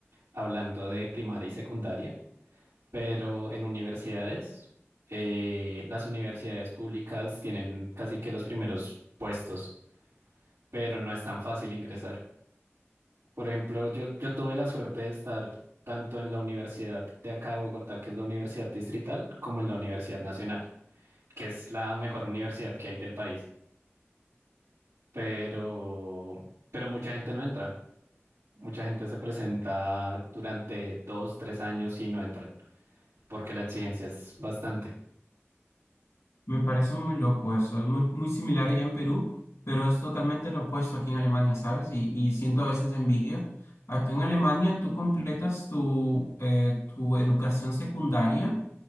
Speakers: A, on the right; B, on the left.
A: hablando de primaria y secundaria, pero en universidades, eh, las universidades públicas tienen casi que los primeros puestos, pero no es tan fácil ingresar. Por ejemplo, yo, yo tuve la suerte de estar tanto en la universidad de acá de Bogotá, que es la Universidad Distrital, como en la Universidad Nacional, que es la mejor universidad que hay del país. pero, pero mucha gente no entra. Mucha gente se presenta durante dos, tres años y no entran, porque la exigencia es bastante.
B: Me parece muy loco eso, es muy, muy similar allá en Perú, pero es totalmente lo opuesto aquí en Alemania, ¿sabes? Y, y siento a veces envidia. Acá en Alemania tú completas tu, eh, tu educación secundaria